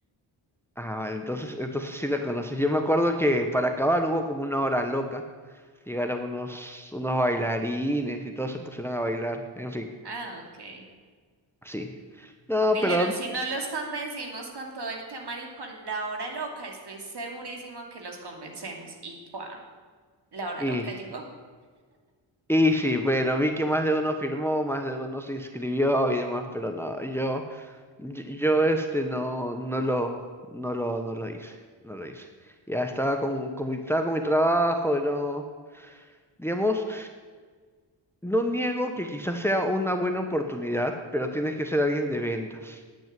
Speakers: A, in the centre; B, on the right (about 55°).
A: Ah, vale, entonces, entonces sí la conoces. Yo me acuerdo que para acabar hubo como una hora loca Llegaron unos, unos bailarines y todos se pusieron a bailar. En fin,
B: Ah, ok.
A: sí. No,
B: Dijeron,
A: pero...
B: si no los convencimos con todo el temario, con la hora loca, estoy segurísimo que los convencemos. Y ¡pua! La hora
A: Y,
B: loca llegó.
A: y sí, bueno, vi que más de uno firmó, más de uno se inscribió y demás, pero no, yo, yo, yo, este no, no lo, no lo, no lo hice, no lo hice. Ya estaba con, con mi, estaba con mi trabajo, y no, digamos, no niego que quizás sea una buena oportunidad, pero tienes que ser alguien de ventas.